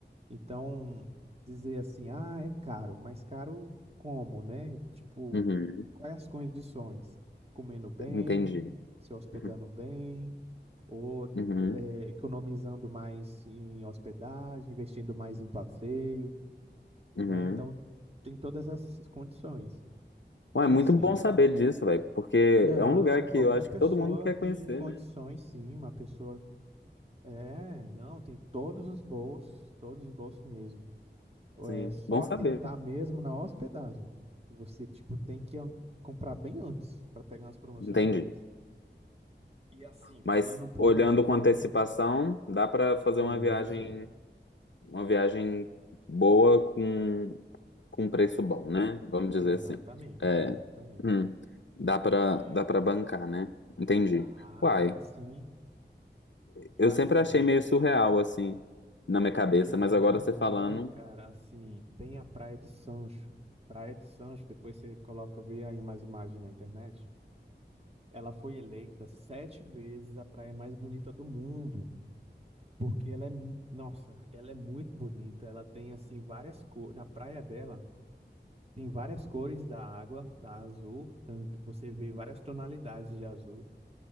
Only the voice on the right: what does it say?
Então, dizer assim, ah, é caro, mas caro como, né? Tipo,
quais as condições? Comendo bem,
se hospedando
bem, ou
eh, economizando mais em hospedagem, investindo mais em passeio,
né? Então, tem todas as condições. Mas
assim,
não,
qualquer
pessoa
tem
condições,
sim, uma pessoa. É, não, tem todos os bolsos, todos os bolsos mesmo.
É só
tentar mesmo na hospedagem. Você, tipo, tem que an- comprar bem antes para pegar umas promoções
boas. E assim, falando
um pouco
de Fernando,
e
isso,
exatamente,
exatamente.
É,
dá,
dá sim. E
assim,
e Fernando
de
Noronha, cara, assim, tem a Praia de Sancho. Praia de Sancho, depois você coloca, vê aí umas imagens na internet. Ela foi eleita sete vezes a praia mais bonita do mundo. Porque ela é, mu- nossa, ela é muito bonita. Ela tem assim várias cores. Na praia dela tem várias cores da água, da azul. tanto- Você vê várias tonalidades de azul.